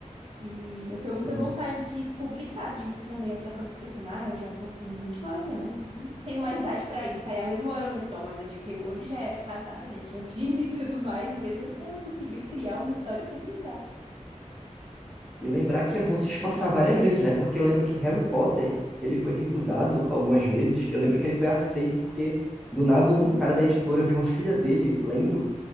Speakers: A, on the right; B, in the centre.
A: E eu tenho muita
B: Sim.
A: vontade de publicar livro também, é só que eu fico pensando, ah, eu já tô com 29 anos, não tenho mais <laughs> idade pra isso. Aí, à mesma hora, eu lembro, não, mas a J.K. Rowling já era casada, já tinha <laughs> filho e tudo mais, e mesmo assim ela conseguiu criar uma história e publicar.
B: E lembrar que é bom se esforçar várias vezes, né? Porque eu lembro que Harry Potter, ele foi recusado algumas vezes. Eu lembro que ele foi aceito porque, do nada, um cara da editora viu a filha dele lendo